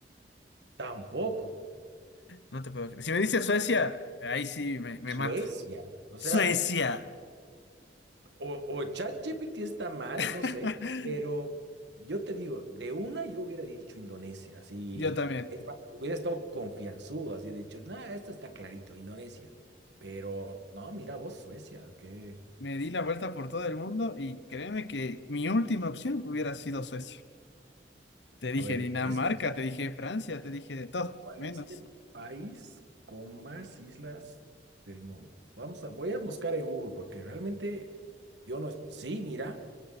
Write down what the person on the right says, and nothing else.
Tampoco.
Suecia.
O
sea, o, o ChatGPT está mal,
no sé, pero yo te digo, de una yo hubiera dicho Indonesia, así
hubiera estado confianzudo, así de hecho nada esto está clarito, Indonesia. Pero no, mira vos, Suecia, que,
a
ver,
es más,
¿cuál
es el país con más islas del mundo? Vamos a, voy a buscar en Google porque realmente yo no, es- sí, mira.